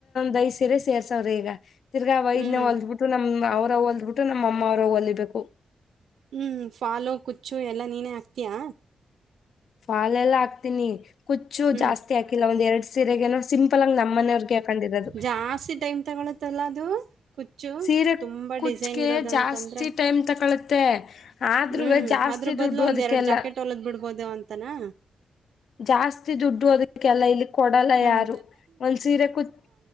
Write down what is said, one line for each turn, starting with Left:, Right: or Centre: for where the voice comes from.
Left: ದಯ ಸೀರೆ ಸೇರ್ಸವ್ರೆ ಈಗ ತಿರ್ಗಾ ವೈದ
Right: ಹ್ಮ್
Left: ಹೊಲ್ದ್ಬಿಟ್ಟು ನಮ ಅವ ಹೊಲ್ದ್ಬಿಟ್ಟು ನಮ್ಮಮ್ಮ ಅವರು ಹೊಲಿಬೇಕು
Right: ಹ್ಞೂ ಫಾಲು ಕುಚ್ಚು ಎಲ್ಲ ನೀನೇ ಹಾಕ್ತೀಯಾ
Left: ಫಾಲಲ್ಲ್ಲ ಹಾಕ್ತೀನಿ ಕುುಚ್ಚು
Right: ಹ್ಮ್
Left: ಜಾಸ್ತಿ ಹಾಕಿಲ್ಲ ಒಂದ್ ಎರಡ್ ಸೀರೆಗ ಸಿಂಪಲ್ ಆ ನಮ್ಮ್ನವ್ರಗೆ ಹಾಕ
Right: ಜಾಸ್ತಿ ಟೈಮ್ ತಗೊಳತ್ತಲ್ಲ ಅದು ಕುಚ್ಚು
Left: ಸೀರೆ
Right: ತುಂಬಾ
Left: ಕುಚ್ಕ
Right: ಡಿಸೈನ್ ಇರೋದಂತಂದ್ರೆ
Left: ಜಾಸ್ತಿ ಜ ಟೈಮ್ ತಕೊಳ್ಳುತ್ತೆ ಆದ್ರೂ
Right: ಹ್ಮ್
Left: ಜಾಸ್ತಿ
Right: ಅದ್ರ
Left: ದುಡ್ಡು
Right: ಬದ್ಲು ಒಂದ್
Left: ಅದಕ್ಕೆಲ್ಲ
Right: ಎರಡ್ ಜಾಕೆಟ್ ಹೊಲದ್ ಬಿಡ್ಬೋದು ಅಂತನಾ
Left: ಜಾಸ್ತಿ ದುಡ್ಡು ಅದಕ್ಕೆಲ್ಲ ಇಲ್ಲಿ ಕೊಡಲ್ಲ
Right: ಹ್ಮ್
Left: ಯಾರು ಒಂದ ಸೀರೆ ಕುತ್